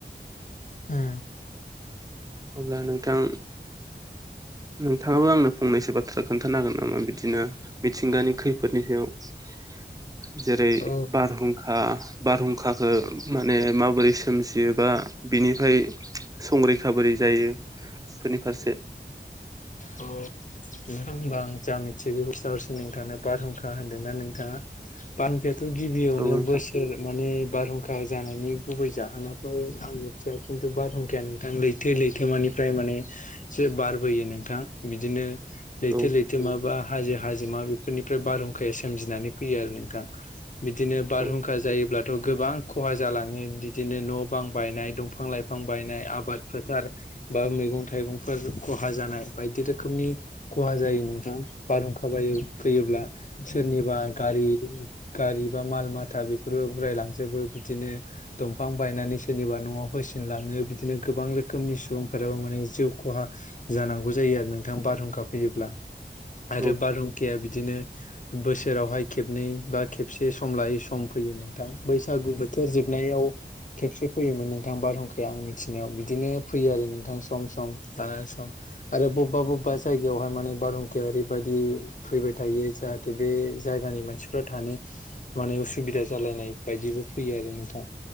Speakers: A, on the left (about 45°); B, on the right (about 20°).
A: उम
B: अब्ला नोंथां नोंथाङाबो आंनो फंनैसो बाथ्रा खोन्थानो होन नामा बिदिनो मिथिंगानि खैफोदनि सायाव जेरै
A: औ
B: बारहुंखा बारहुंखखो माने माबोरै सोमजियोबा बिनिफ्राय संरैखा बोरै जायो बेफोरनि फारसे।
A: नोंथां होमबा आं जा मिथि बे <unintelligible> हरसि नोंथांनो बारहुंखा होनदोंना नोंथाङा बारहुं थ' गिबियावनो
B: औ नोंथां
A: बोस सोर माने बारहुंखा जानायनि गुबै जाहोनाथ' आं मिथिया खिन्थु बारहुंखाया नोंथां लै थो लैथोमानिफ्राय माने एसे बारबोयो नोंथां बिदिनो लैथो
B: औ
A: लैथोमा बा हाजो हाजो मा बेफोरनिफ्राय बारहुंखाया सोमजिनानै फैयो आरो नोंथां। बिदिनो बारहुंखा
B: औ
A: जायोब्ला थ' गोबां खहा जालाङो बिदिनो न' बां बायनाय दंफां लाइफां बायनाय आबाद फोथार बा मैगं थाइगंफोर खहा जानाय बायदि रोखोमनि खहा जायो नोंथां बारहुंखा बायो फैयोब्ला सोरनिबा गारि गारि बा माल माथा बेफोरबो उरायलांजोबो बिदिनो दंफां बायनानै सोरनिबा न'आव होसिनलाङो बिदिनो गोबां रोखोमनि सुबुंफोराबो माने जिउ खहा जानांगौ जायो आरो नोंथां बारहुंखा फैयोब्ला आरो
B: औ
A: बारहुंखाया बिदिनो बोसोरावहाय खेबनै बा खेबसे सम लायै सम फैयो नोंथां बैसागु बो थोरजोबनायाव खेबसे फैयोमोन नोंथां बारहुंखाया आं मिथिनायाव बिदिनो फैयो आरो नोंथां सम सम लानानै सम। आरो बबेबा बबेबा जायगायावहाय माने बारहुंखाया ओरैबायदि फैबाय थायो जाहाथे बे जायगानि मानसिफ्रा थानो माने उसुबिदा जालायनाय बायदिबो फैयो आरो नोंथा